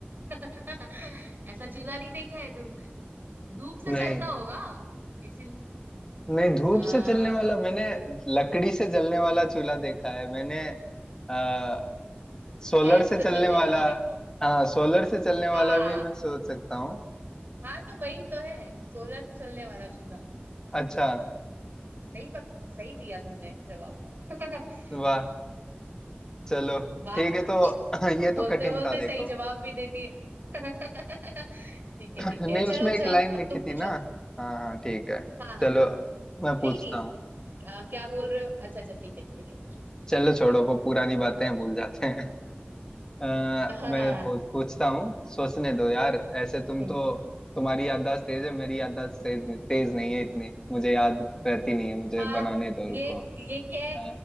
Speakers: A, on the right (about 60°); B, on the left (about 15°).
A: <laughs> ऐसा चूल्हा नहीं देखा है तुमने धूप से
B: नहीं
A: चलता होगा इसी
B: नहीं धूप
A: आ,
B: से चलने वाला मैंने लकड़ी से जलने वाला चूल्हा देखा है मैंने आ, सोलर
A: गैस
B: से
A: से
B: चलने
A: चलने
B: वाला
A: वाला देखा होगा
B: हाँ सोलर से चलने वाला
A: हाँ
B: भी मैं सोच सकता हूँ
A: हाँ तो वही तो है सोलर से चलने वाला चूल्हा
B: अच्छा
A: सही पक, सही दिया तुमने जवाब <laughs>
B: वाह चलो
A: वाह
B: ठीक है तो <clears throat> ये तो
A: बोलते
B: कठिन
A: बोलते
B: था देखो
A: सही जवाब भी दे दिए <laughs> ठीक है
B: <clears throat>
A: ठीक
B: नहीं
A: है चलो
B: उसमें
A: अच्छा
B: एक लाइन
A: अब
B: लिखी
A: तुम
B: थी
A: पूछो
B: ना हाँ हाँ ठीक है
A: हाँ हाँ
B: चलो
A: हाँ
B: मैं पूछता
A: नहीं नहीं
B: हूँ
A: आ, क्या बोल रहे हो अच्छा अच्छा ठीक है ठीक है पूछो।
B: चलो छोड़ो वो पुरानी बातें हैं, भूल जाते हैं अ,
A: हाँ
B: मैं
A: हाँ
B: पू- पूछता हूँ सोचने दो यार ऐसे तुम
A: हम्म।
B: तो तुम्हारी याददाश्त तेज है मेरी याददाश्त तेज, तेज नहीं है इतनी मुझे याद रहती नहीं है मुझे
A: हाँ, हाँ।
B: बनाने
A: हाँ,
B: दो रुको
A: ये ये क्या
B: अ,